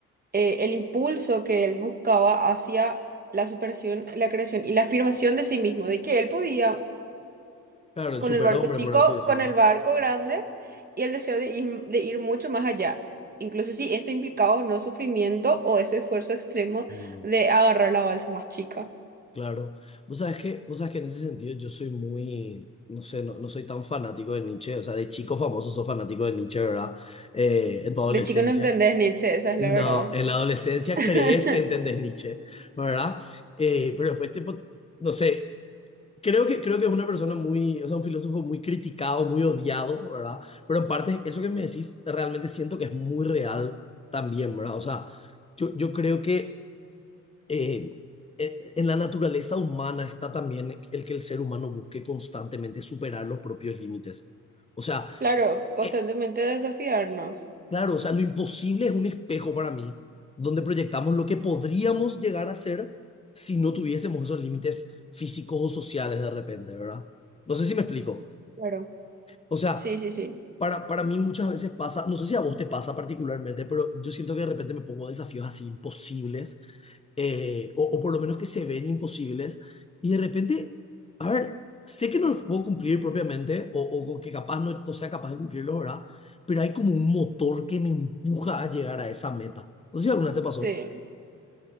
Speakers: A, on the right (about 30°); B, on the left (about 20°).
A: eh, el impulso que él buscaba hacia la superación, la creación y la afirmación de sí mismo, de que él podía
B: Claro, el
A: con
B: superhombre,
A: el barco chico,
B: por así decirlo.
A: con el barco grande y el deseo de ir, de ir mucho más allá. Incluso si esto implicaba o no sufrimiento o ese esfuerzo extremo
B: Mm.
A: de agarrar la balsa más chica.
B: Claro. Vos sabés que, vos sabés que en ese sentido yo soy muy, no sé, no, no soy tan fanático de Nietzsche, o sea, de chico famoso sos fanático de Nietzsche, ¿verdad? Eh, en tu adolescencia.
A: De chico no entendés Nietzsche, esa es la
B: No,
A: verdad.
B: en la adolescencia
A: <laughs>
B: crees que entendés Nietzsche, ¿verdad? Eh, pero después, tipo, no sé, creo que, creo que es una persona muy, o sea, un filósofo muy criticado, muy odiado, ¿verdad? Pero en parte, eso que me decís, realmente siento que es muy real también, ¿verdad? O sea, yo, yo creo que eh, eh, en la naturaleza humana está también el que el ser humano busque constantemente superar los propios límites. O sea,
A: Claro, constantemente
B: eh,
A: desafiarnos.
B: claro, o sea, lo imposible es un espejo para mí, donde proyectamos lo que podríamos llegar a ser si no tuviésemos esos límites físicos o sociales de repente, ¿verdad? No sé si me explico.
A: Claro.
B: O sea,
A: Sí, sí, sí.
B: para, para mí muchas veces pasa, no sé si a vos te pasa particularmente, pero yo siento que de repente me pongo desafíos así imposibles eh, o, o por lo menos que se ven imposibles, y de repente, a ver, sé que no los puedo cumplir propiamente, o, o que capaz no, no sea capaz de cumplirlo, ¿verdad? Pero hay como un motor que me empuja a llegar a esa meta. No sé si alguna vez te pasó.
A: Sí.